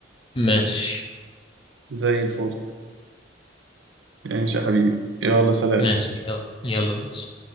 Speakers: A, on the left (about 25°); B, on the right (about 75°).
A: ماشي
B: زي الفل ماشي يا حبيبي يلا سلام
A: ماشي يلا يلا ماشي